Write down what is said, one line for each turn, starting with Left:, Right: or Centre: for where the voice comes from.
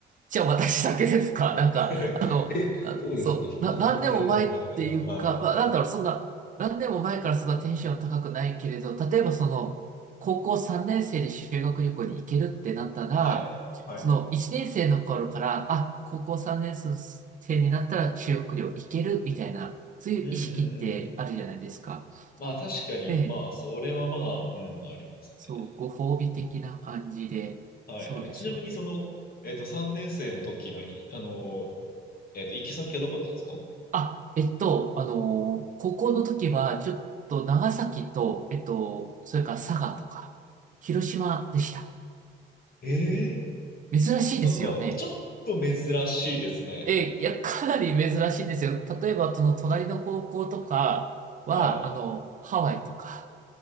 Right: じゃあ私だけですか <laughs> なんか、
Left: <laughs>
Right: あの、
Left: え、
Right: なそう、
Left: そうですか。そんな何年も前から。
Right: な、何年も前っていうか、
Left: はい。
Right: まあ、なんだろう、そんな、何年も前からそんなテンション高くないけれど、例えばその、高校3年生で修学旅行に行けるってなったら、
Left: はい。はい。
Right: その1年生の頃から、あ、高校3年生になったら修学旅行行けるみたいな、そういう意識ってあるじゃないですか。
Left: うんうんうんうん。まあ確かに、
Right: ええ
Left: まあそれはまあ、うん、ありますね。
Right: そう、ご褒美的な感じで、
Left: はいはい。
Right: そうですよね。
Left: ちなみにその、えっと、3年生の時のい、あの、えっと、行き先はどこだったんですか
Right: あ、えっと、あのー高校の時は、ちょっと長崎と、えっと、それから佐賀とか、広島でした。
Left: ええ
Right: 珍しいですよね。
Left: なんか、ちょっと珍しいですね。
Right: え、いや、かなり珍しいんですよ。例えば、その隣の高校とかは、
Left: はい。
Right: あの、ハワイとか、